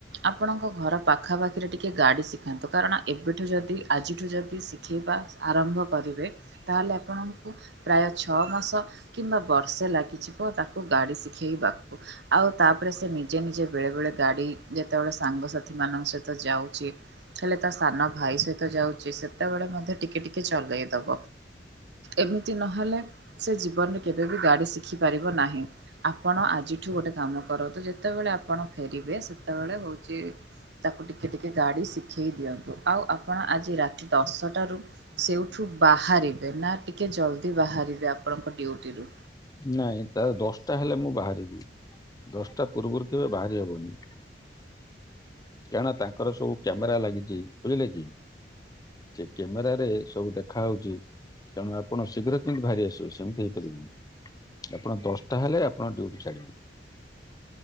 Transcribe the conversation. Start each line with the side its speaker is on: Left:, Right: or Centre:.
Right: ଆପଣଙ୍କ ଘର ପାଖା ପାଖିରେ ଟିକେ ଗାଡ଼ି ଶିଖାନ୍ତୁ କାରଣ ଏବେଠୁ ଯଦି ଆଜିଠୁ ଯଦି ଶିଖିବା ଶିଖିବା ଆରମ୍ଭ କରିବେ ତାହେଲେ ଆପଣଙ୍କୁ ପ୍ରାୟ ଛଅ ମାସ କିମ୍ବା ବର୍ଷେ ଲାଗିଯିବ ତାକୁ ଗାଡ଼ି ଶିଖେଇବାକୁ। ଆଉ ତାପରେ ସେ ନିଜେ ନିଜେ ବେଳେବେଳେ ଗାଡ଼ି ଯେତେବେଳେ ସାଙ୍ଗସାଥି ମାନଙ୍କ ସହିତ ଯାଉଛି ହେଲେ ତା ସାନ ଭାଇ ସହିତ ଯାଉଛି ସେତେବେଳେ ମଧ୍ୟ ଟିକେ ଟିକେ ଚଲେଇ ଦବ। ଏମିତି ନହେଲେ ସେ ଜୀବନରେ କେବେ ବି ଗାଡ଼ି ଶିଖି ପାରିବ ନାହିଁ। ଆପଣ ଆଜିଠୁ ଗୋଟେ କାମ କରନ୍ତୁ ଯେତେବେଳେ ଆପଣ ଫେରିବେ ସେତେବେଳେ ହଉଛି ତାକୁ ଟିକେ ଟିକେ ଗାଡ଼ି ଶିଖେଇ ଦିଅନ୍ତୁ। ଆଉ ଆପଣ ଆଜି ରାତି ଦଶଟାରୁ ସେଉଠୁ ବାହାରିବେ ନା ଟିକେ ଜଲଦି ବାହାରିବେ ଆପଣଙ୍କ ଡ୍ୟୁଟିରୁ।
Left: ନାଇଁ ତା ଦଶଟା ହେଲେ ମୁଁ ବାହାରିବି। ଦଶଟା ପୂର୍ବରୁ କେବେ ବାହାରି ହବନି। କାରଣ ତାଙ୍କର ସବୁ କ୍ୟାମେରା ଲାଗିଛି ବୁଝିଲେ କି? କ୍ୟାମେରାରେ ସବୁ ଦେଖାଉଛି। ତେଣୁ ଆପଣ ଶୀଘ୍ର କେମିତି ବାହାରି ଆସିବେ ସେମିତି ହେଇପାରିବନି। ଆପଣ ଦଶଟା ହେଲେ ଆପଣ ଡ୍ୟୁଟି ଛାଡ଼ିବେ।